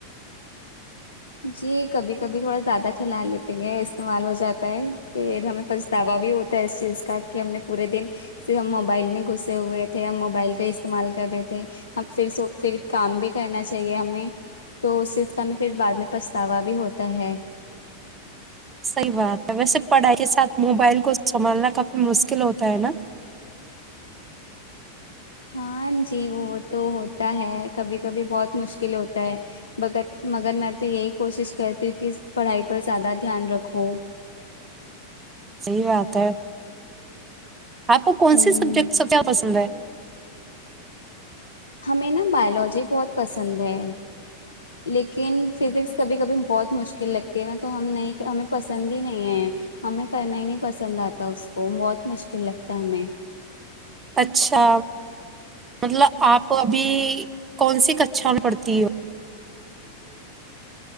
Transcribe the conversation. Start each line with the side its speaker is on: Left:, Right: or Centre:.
Left: جی کبھی کبھی تھوڑا زیادہ چلا لیتی ہیں استعمال ہو جاتا ہے پھر ہمیں پچھتاوا بھی ہوتا ہے اس چیز کا کہ ہم نے پورے دن صرف ہم موبائل میں گھسے ہوئے تھے ہم موبائل کا استعمال کر رہے تھے ہم پھر پھر کام بھی کرنا چاہیے ہمیں تو اس چیز کا ہم پھر بعد میں پھتاوا بھی ہوتا ہے
Right: صحیح بات ہے ویسے پڑھائی کے ساتھ موبائل کو سنبھالنا کافی مشکل ہوتا ہے نا
Left: ہاں جی وہ تو ہوتا ہے کبھی کبھی بہت مشکل ہوتا ہے مگر مگر میں تو یہی کوشش کرتی ہوں کہ پڑھائی پر زیادہ دھیان رکھوں
Right: صحی بات ہے آپ کو کون
Left: ہوں
Right: سے سبجیکٹ سب پسند ہے
Left: ہمیں نا بایولوجی بہت پسند ہے لیکن فزکس کبھی کبھی بہت مشکل لگتی ہے نا تو ہم نہیں ہمیں پسند ہی نہیں ہے ہمیں کرنا ہی نہیں پسند آتا اس کو بہت مشکل لگتا ہمیں
Right: اچھا مطلب آپ ابھی کون سی کچھا پڑتی ہو